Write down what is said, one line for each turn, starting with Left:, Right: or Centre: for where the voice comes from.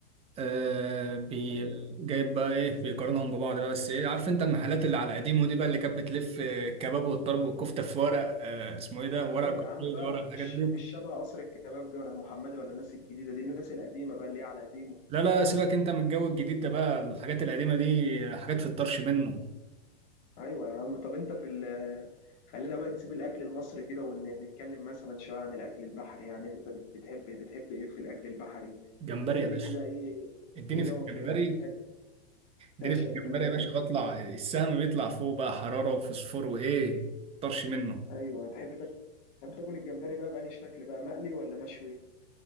Right: آه، بي
Left: ايوه
Right: جايب بقى إيه بيقارنهم ببعض بقى بس إيه عارف أنت المحلات اللي على قديمه دي بقى اللي كانت بتلف آه، الكباب والطرب والكفتة في ورق آه، اسمه إيه ده ورق
Left: ايوه يا عم
Right: جلد
Left: بقى
Right: ورق
Left: مش
Right: الحاجات دي
Left: مش شبه قصر الكبابجي ولا المحمدي ولا الناس الجديده دي الناس القديمه بقى اللي هي على قديمه
Right: لا لا سيبك أنت من الجو الجديد ده بقى الحاجات القديمة دي حاجات في الطرش منه
Left: ايوه يا عم طب انت في ال خلينا بقى نسيب الاكل المصري كده ونتكلم مثلا شويه عن الاكل البحري يعني انت بت- بتحب بتحب ايه في الاكل البحري
Right: جمبري
Left: قول
Right: يا باشا
Left: لي كده ايه
Right: اديني
Left: ايه جوك
Right: في الجمبري
Left: في الاكل بتحب تعشق
Right: اديني في الجمبري
Left: الجمبري
Right: يا باشا
Left: انت
Right: بطلع السهم بيطلع فوق بقى حرارة وفوسفور وايه طرش منه
Left: ايوه تحب تاكل تحب تاكل الجمبري بقى بأني شكل بقى مقلي ولا مشوي